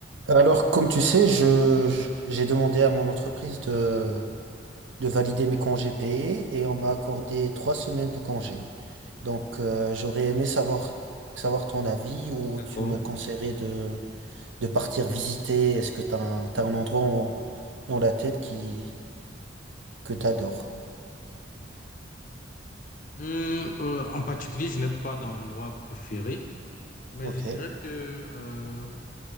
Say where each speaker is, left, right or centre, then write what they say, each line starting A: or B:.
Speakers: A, on the right; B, on the left.
A: Alors, comme tu sais, je, je- j'ai demandé à mon entreprise de, de valider mes congés payés et on m'a accordé trois semaines de congés. Donc, euh, j'aurais aimé savoir, savoir ton avis ou
B: D'accord.
A: tu me conseillerais de, de partir visiter. Est-ce que tu un, t'as un endroit en- dans la tête qui, que t'adores
B: Hum, euh, en particulier, je n'ai pas d'endroit préféré, mais
A: Ok.
B: je dirais que euh,